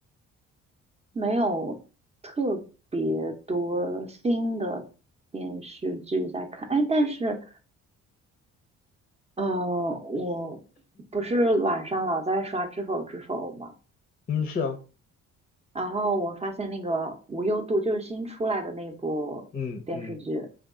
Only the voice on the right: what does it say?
没有特别多新的电视剧在看，哎，但是嗯，我不是晚上老在刷《知否知否》嘛，
然后我发现那个无忧渡就是新出来的那部电视剧，